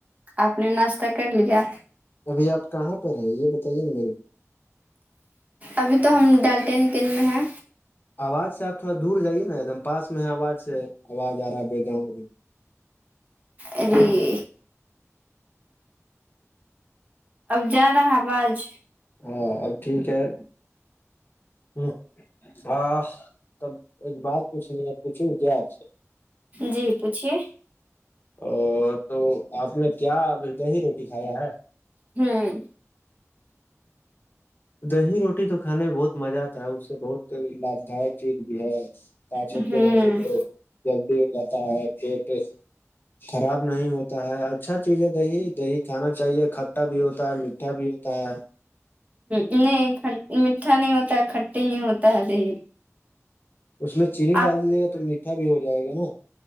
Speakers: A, on the right; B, on the left.
A: اپ نے ناشتہ کر لیا
B: ابھی آپ کہاں پر ہے یہ بتائیے نا میرے
A: ابھی تو ہم ڈالٹین گنج میں ہے
B: آواز سے آپ تھوڑا دور جائیے نا ایک دم پاس میں ہے آواز سے آواز آ رہا ہے بیک گراؤنڈ میں
A: ا <unintelligible> اب جا نا ہے بعج
B: ہاں اب ٹھیک ہے ہ ہاں تب ایک بات پوچھنی ہے پوچھو کیا آپ سے
A: جی پوچھیے
B: ا تو آپ نے کیا اتنا ہی روٹی کھایا ہے
A: ہوں
B: دہی روٹی تو کھانے میں بہت مزہ آتا ہے اس سے بہت تو لگتا ہے ٹھیک بھی ہے پاچن
A: ہوں
B: جو
A: ہ
B: ہے وہ جلدی جاتتا ہے پیٹ خراب نہیں ہوتا تا ہے اچھا چیز ہے دہی دہی کھانا چاہیے کھٹا بھی ہوتا ہے میٹھا بھی ہوتا ہے
A: ہ نہیں کھ میٹھا نہیں ہوتا ہے کھٹی ہی ہوتا ہے دہی
B: اس میں چینی
A: آپ
B: ڈال دیجیے گا تو میٹھا بھی ہو جائے گا نا